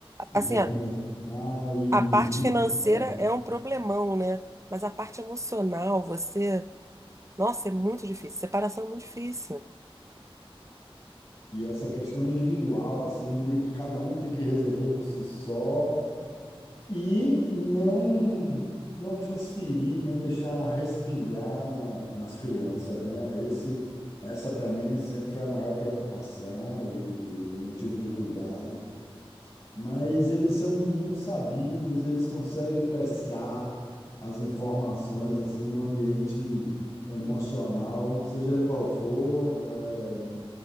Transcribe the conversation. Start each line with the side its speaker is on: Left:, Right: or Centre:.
Left: e
Right: Assim,
Left: recomeçar e,
Right: A parte financeira
Left: é,
Right: é um problemão, né? Mas a parte emocional, você. Nossa, é muito difícil. Separação é muito difícil.
Left: e essa questão individual, assim, meio que cada um tem que resolver por si só e não não transferir, não deixar respingar na- nas crianças, né? Esse, essa para mim sempre foi a maior preocupação e, e motivo de cuidado. Mas eles são muito sabidos, eles conseguem pescar as informações assim num ambiente emocional, seja ele qual for, é,